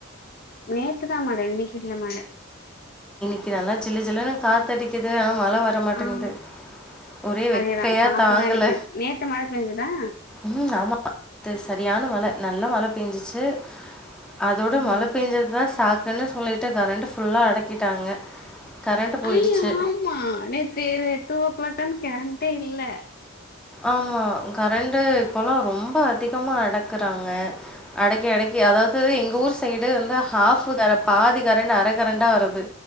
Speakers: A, on the left; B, in the centre.
A: நேத்துதா மழ இன்னிக்கில்ல மழ
B: இன்னிக்கு நல்லா ஜிலு ஜிலுன்னு காத்தடிக்குது ஆனா மழ வரமாட்டங்து
A: ஆ
B: ஒரே வெக்கையா
A: அதேதா காத்துதா
B: தாங்கல
A: அடிக்குது நேத்து மழ பெஞ்சுதா
B: ம் ஆமா அது சரியான மழ நல்லா மழ பேஞ்சிச்சு அதோட
A: ம்
B: மழ பேயஞ்சதுதா சாக் க்ன்னு சொல்லிட்டு கரெண்டு் ஃபுல்லா அடக்கிட்டாங்க கரண்ட் போயிடுச்சு
A: அய்யா ஆமா நேத்து டூ ஓ கிளாகானு கேரண்ட்டே இல்ல
B: ஆமா கரண்ட் இப்பெல்லா ரொம்ப அதிகமா அடக்குறாங்க அடக்கி அடக்கி அதாவது எங்க ஊர் சைடு வந்து ஹாப் கர பாதி கரண்ட் அர கரண்டா வருது